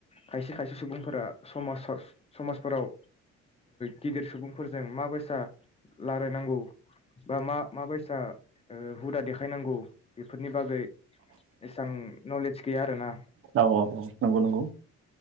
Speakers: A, on the left (about 20°); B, on the right (about 45°).
A: खायसे खायसे सुबुंफोरा समाज समाजफोराव गिदिर सुबुंफोरजों माबायसा लाराययनांगौ बा मा माबायसा हुदा देखायनांगौ बेफोरनि बागै एसां नलेज गैया आरोना
B: औ नंगौ नंगौ